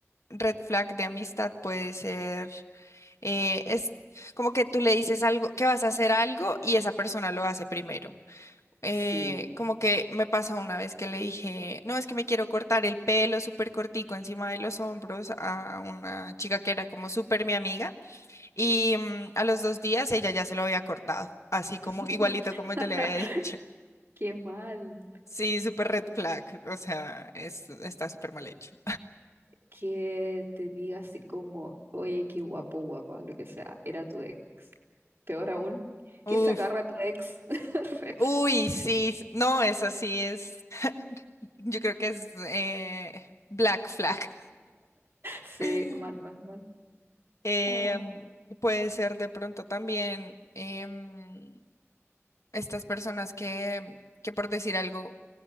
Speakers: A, on the left; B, on the right.
A: red flag de amistad puede ser, eh, es como que tú le dices algo, que vas a hacer algo y esa persona lo hace primero. eh,
B: sí.
A: como que me pasó una vez que le dije, no, es que me quiero cortar el pelo súper cortico encima de los hombros a una chica que era como súper mi amiga y mm, a los dos días ella ya se lo había cortado, así como
B: <laughs>
A: igualito como yo le había <laughs> dicho.
B: Qué mal.
A: Sí, súper red flag, o sea, es, está súper mal hecho.
B: Que te diga así como, oye, qué guapo, guapa, lo que sea, era tu ex. Peor aún,
A: Uf,
B: que se agarra a tu ex. <laughs> Red
A: uy,
B: flag.
A: sí, no, es así, es, <laughs> yo creo que es eh, black flag.
B: Sí,
A: <laughs>
B: mal, mal, mal.
A: Em,
B: Ah.
A: puede ser de pronto también em, estas personas que, que por decir algo,